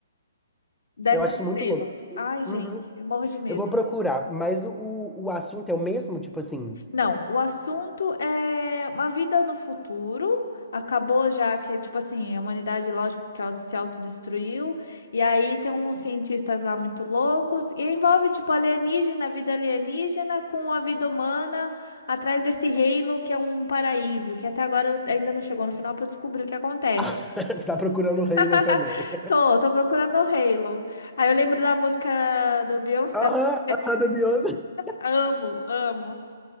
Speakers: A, on the left; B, in the centre.
A: dessa
B: Eu acho isso
A: do
B: muito
A: Halo.
B: louco.
A: Ai, gente,
B: Uhum.
A: eu morro de medo.
B: Eu vou procurar, mas o, o assunto é o mesmo? Tipo assim,
A: Não, o assunto é uma vida no futuro. Acabou já que, tipo assim, a humanidade, lógico, que auto- se autodestruiu. E aí tem uns cientistas lá muito loucos. E envolve, tipo, alienígena, vida alienígena com a vida humana atrás desse Halo, que é um paraíso. Que até agora eu- ainda não chegou no final pra eu descobrir o que acontece.
B: <laughs> você tá procurando o Halo
A: <laughs>
B: também.
A: Tô, tô procurando o Halo. Aí eu lembro da música do Beyoncé,
B: <laughs> Aham,
A: da...
B: aham, da Beyoncé.
A: amo, amo.